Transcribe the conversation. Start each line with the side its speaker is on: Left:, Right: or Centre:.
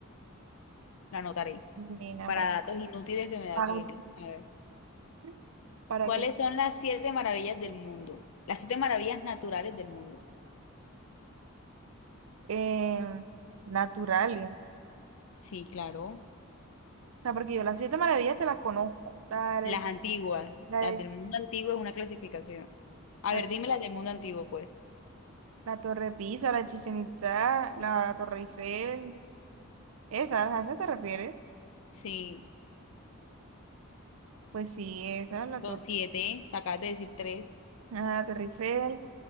Left: La anotaré.
Right: Nena,
Left: Para
Right: para,
Left: datos inútiles que me da
Right: para,
Left: Kelly. A ver.
Right: <laughs> ¿para
Left: ¿Cuáles
Right: qué?
Left: son las siete maravillas del mundo? Las siete maravillas naturales del mundo.
Right: Eh, naturales. O
Left: Sí, claro.
Right: sea, porque yo las siete maravillas te las conozco. La, de-
Left: Las antiguas.
Right: la,
Left: Las
Right: de-
Left: del mundo antiguo es una clasificación. A
Right: la,
Left: ver, dime las del mundo antiguo, pues.
Right: la Torre de Pisa, la Chichen Itza, la Torre Eiffel. ¿Esas? ¿A esas te refieres?
Left: Sí,
Right: Pues sí, esa, la Torre,
Left: son siete. Te acabas de decir tres.
Right: ajá, la Torre Eiffel.